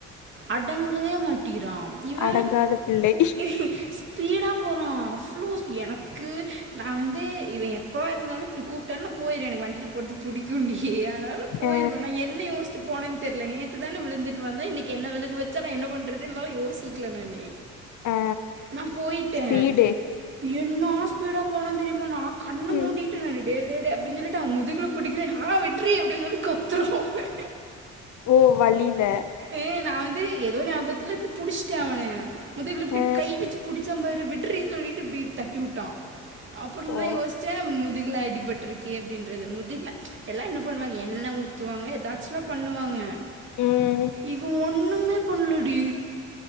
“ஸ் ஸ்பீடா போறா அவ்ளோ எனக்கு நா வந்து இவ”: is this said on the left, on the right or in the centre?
Right